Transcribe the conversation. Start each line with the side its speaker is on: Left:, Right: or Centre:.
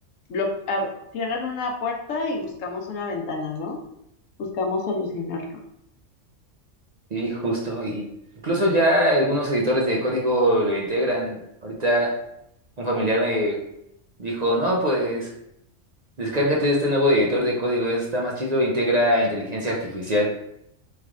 Left: lo, ab- cierran una puerta y buscamos una ventana, ¿no? Buscamos solucionarlo.
Right: Sí, justo. Y incluso ya algunos editores de código lo integran. Ahorita un familiar me dijo, no, pues descárgate este nuevo editor de código, está más chido, integra inteligencia artificial.